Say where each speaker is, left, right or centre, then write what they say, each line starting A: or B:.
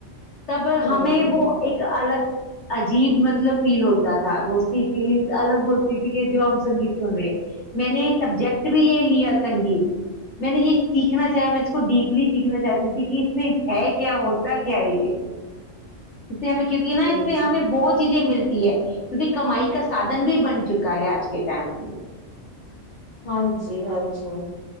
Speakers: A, on the left (about 65°); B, on the left (about 40°).
A: تب
B: ہوں
A: ہمیں
B: ہوں
A: وہ ایک الگ عجیب مطلب فیل ہوتا تھا وہ اس کی فیلنگس الگ ہوتی تھی کہ جو ہم سنگیت سن رہے ہیں میں نے سبجیکٹ بھی یہ لیا سنگیت میں نے یہ سیکھنا چاہ میں اس کو ڈیپلی سیکھنا چاہتی تھی کہ اس میں ہے کیا ہوتا کیائیے ہمیں کیونکہ ہے نا
B: جی
A: اس میں ہمیں
B: جی
A: بہت چیزیں ملتی ہے کیونکہ کمائی کا سادھن بھی بن چکا ہے آج کے ٹائم میں یہ
B: ہاں جی جی ہاں جی